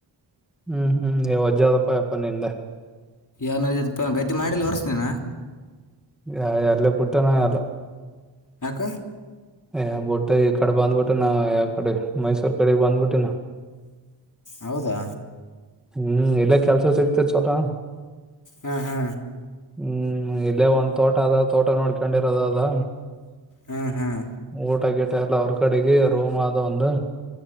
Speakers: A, in the centre; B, on the left (about 40°).
A: ಹ್ಮ್ ಹ್ಮ <unintelligible> ವಜ್ಜಿ ಆದ ಯಪ ನಿಂದ
B: ಏನಾಗ್ಯಾದಪ <unintelligible> ಗದ್ದೆ ಮಾಡಿಲಿ ವರ್ಷ ನೀನ
A: ಯ ಎಲ್ಲ ಪುಟ್ಟನ ಎಲ್ಲ
B: ಯಾಕ
A: ಯ ಬಟ್ ಈ ಕಡೆ ಬಾಧಬಟ್ಟೆನಾ ಯ ಕಡೆ ಮೈಸೂರ ಕಡೆ ಬಂದ್ಬಿವ್ನವು
B: ಹೌದಾ
A: ಹ್ಮ್ ಇಲ್ಲ ಕೆಲ್ಸ ಸಿಗ್ತ ಚಲ <unintelligible>
B: ಹ ಹಾ
A: ಹ್ಮ್ ಇಲ್ಲೇ ಒಂದ್ ತೋಟ ಅದ ತೋಟ ನೋಡ್ಕೊಂಡಿರದ ಅದ <unintelligible>
B: ಹಾಂ ಹಾಂ
A: ಊಟ ಗಿಟಾ ಎಲ್ಲ ಅವ್ರ ಕಡೆಗೆ ರೋಮ್ ಆದ ಒಂದು